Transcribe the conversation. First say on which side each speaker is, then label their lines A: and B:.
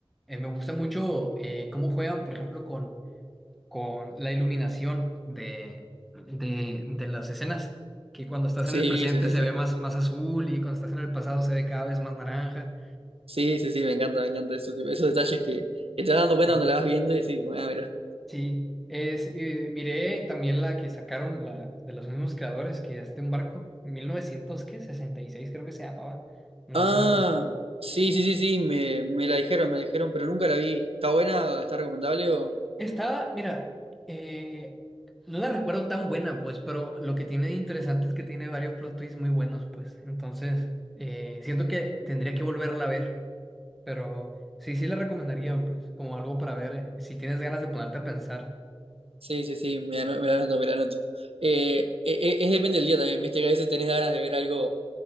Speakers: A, in the centre; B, on the right.
A: Eh, me gusta mucho eh, cómo juegan, por ejemplo, con, con la iluminación de, de, de las escenas, que cuando estás
B: Sí,
A: en el presente
B: sí, sí,
A: se
B: sí.
A: ve más, más azul y cuando estás en el pasado se ve cada vez más naranja.
B: Sí, sí, sí, me encanta, me encanta eso, tipo, esos detalles que, que te vas dando cuenta
A: Sí,
B: cuando la vas viendo y decís, ah, mira.
A: sí. Es, eh, miré también la que sacaron la, de los mismos creadores, que es de un barco, 1966 creo que se llamaba, no
B: Ah,
A: sé si la conozco.
B: sí, sí, sí, sí, me, me la dijeron, me la dijeron, pero nunca la vi. ¿Está buena? ¿Está recomendable? O...
A: Estaba, mira, eh, no la recuerdo tan buena, pues, pero lo que tiene de interesante es que tiene varios plot twists muy buenos, pues. Entonces, eh, siento que tendría que volverla a ver, pero sí, sí la recomendaría, pues, como algo para ver, eh, si tienes ganas de ponerte a pensar,
B: Sí, sí, sí, me la, ano- me la anoto, me la anoto. Eh, e- e- es, depende del día también, viste que a veces tenés ganas de ver algo